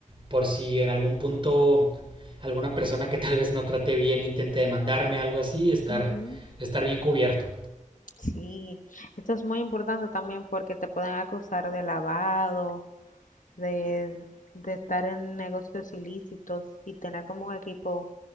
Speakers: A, on the right (about 40°); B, on the left (about 80°).
A: por si en algún punto alguna persona que tal vez no trate bien intente demandarme algo así, estar
B: Ujú,
A: estar bien cubierto.
B: Sí, esto es muy importante también porque te pueden acusar de lavado, de, de estar en negocios ilícitos y tener como un equipo